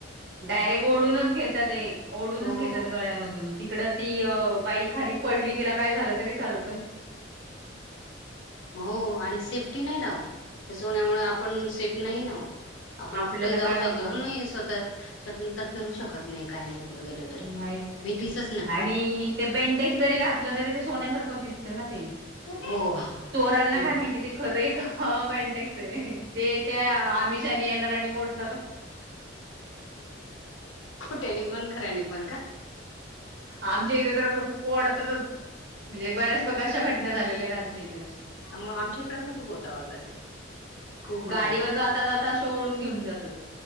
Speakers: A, on the right (about 60°); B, on the left (about 85°).
A: डायरेक्ट ओढूनच घेतात ओढूनच
B: हो
A: घेतात गळ्यामधून तिकड ती बाई खाली पडली तिला काय झालं तरी चाल-
B: हो आणि सेफ्टी नाही ना त्याच्यामुळे आपण सेफ नाही ना आपण
A: आपल्याला
B: कुठे जाऊ
A: काय
B: सग स्वतः स्वतंत्र फिरू शकत नाही काय नाही. गेलं तरी
A: नाहीच
B: भीतीचच ना
A: आणि ते बेंटेक्स जरी घातलं तरी ते सोन्यासारख दिसत ना ते
B: हो.
A: चोरांना
B: हो
A: काय माहिती ते खरं एक बेन्टेक्स आहे ते त्या आमीश येणार आणि ओढणार.
B: त्यानी पण खऱ्यानी पण का
A: आमच्या इथे तर ओढतातच म्हणजे बऱ्याच बघा अशा घटना झालेल्या आहेत आमच्या इथ
B: मग आमच्या इकडे पण खूप होत होत खूप होतात
A: गाडीवर जाता जाता ओढून घेऊन जातात